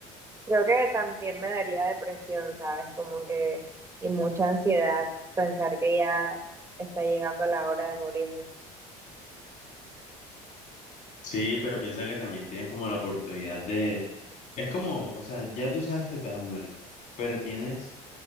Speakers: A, on the right; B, on the left.
A: Creo que también me daría depresión, ¿sabes? Como que, y mucha ansiedad pensar que ya está llegando la hora de morirme.
B: Sí, pero piensa que también tienes como la oportunidad de... Es como, o sea, ya tú sabes que te vas a morir, pero tienes